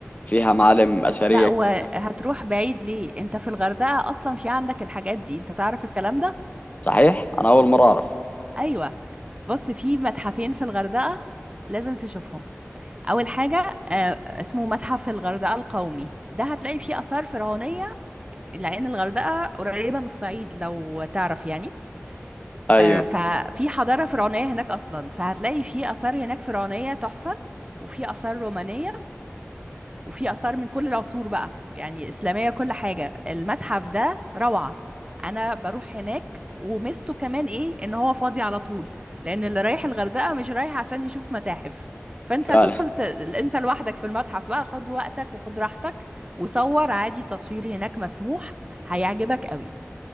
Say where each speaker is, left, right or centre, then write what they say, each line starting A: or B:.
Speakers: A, on the left; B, on the right.
A: فيها معالم أثرية
B: لا وهتروح
A: كتيرة
B: بعيد ليه انت في الغردقه اصلا في عندك الحاجات دي انت تعرف الكلام ده
A: صحيح؟ أنا أول مرة أعرف
B: ايوه بص في متحفين في الغردقة لازم تشوفهم أول حاجة آه، اسمه متحف الغردقة القومي ده هتلاقي فيه آثار فرعونية لأن الغردقة قريبة من الصعيد لو تعرف يعني
A: أيوه
B: آه، ففي حضارة فرعونية هناك أصلا فهتلاقي فيه آثار هناك فرعونية تحفة وفي آثار رومانية وفي آثار من كل العصور بقى يعني إسلامية كل حاجة المتحف ده روعة أنا بروح هناك وميزته كمان إيه إن هو فاضي على طول لأن اللي رايح الغردقة مش رايح عشان يشوف متاحف فأنت
A: فعلا
B: هتدخل ت... أنت لوحدك في المتحف بقى خد وقتك وخد راحتك وصور عادي تصوير هناك مسموح هيعجبك قوي